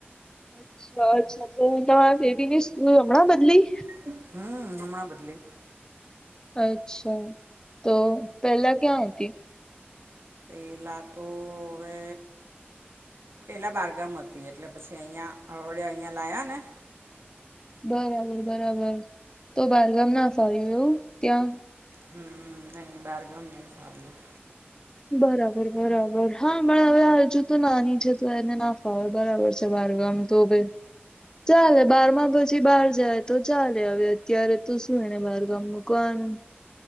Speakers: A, on the left; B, on the right.
A: અચ્છા અચ્છા તો તમારા બેબી ની સ્કૂલ હમણાં બદલી
B: હમ હમણાં બદલી
A: અચ્છા તો પહેલા ક્યાં હતી
B: એ લાતો રે પેલા બારગામ હતી એટલે પછી અહંયા અડે અહિયાયાં લાયા ને
A: બરાબર બરાબર તો બારગામ ના ફાવ્યું એવું ત્યાં.
B: હમ નહી બારગામ નહી ફાવ્યું.
A: બરાબર બરાબર હા પણ હવે હજુ તો નાની છે તો એને ના ફાવે બરાબર. બારગામ તો ભ ચાલે બાર માં પછી બાર જાય. તો ચાલે હવે અત્યારે તો શું એને બારગામ મકવાનું.